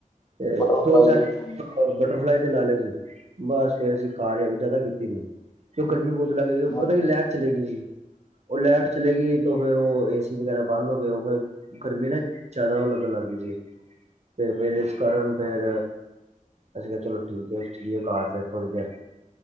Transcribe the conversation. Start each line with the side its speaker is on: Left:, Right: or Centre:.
Right: ਤੇ
Left: ਬਟਰਫਲਾਈ
Right: ਦੋ ਚਾਰ,
Left: ਨਾਲ ਹੋਣੀ
Right: ਬਟਰਫਲਾਈ ਤੇ ਲਾ ਲਏ ਸੀ। ਬਸ ਫੇਰ, ਅਸੀਂ ਘਰ ਆ ਕੇ ਜ਼ਿਆਦਾ ਕੀਤੀ ਤਨੂੰ। ਕਿ ਗਰਮੀ ਬਹੁਤ ਲੱਗਈ,
Left: ਹੈ।
Right: ਪਤਾ ਕੀ ਲਾਈਟ ਚਲੇ ਗਈ ਸੀ। ਉਹ ਲਾਈਟ ਚਲੇਗੀਈ, ਤੇ ਫੇਿਰ ਉਹ ਏਸੀ ਵਗੈਰਾ ਬੰਦ ਹੋ ਗ ਉਹ ਫਿਰ ਗਰਮੀ ਨਾ, ਜ਼ਿਆਦਾਗ ਲੱਗ ਗਈ ਜੀ ਤੇ ਫੇਿਰ, ਇਸ ਕਾਰਨ ਫੇਿਰ, ਅਸੀਂ ਕਿਹਾ ਚਲੋ ਠੀਕ ਹੈ। ਘਰ ਫਿਰ ਥੋੜ੍ਹੀ ਦੇਰ,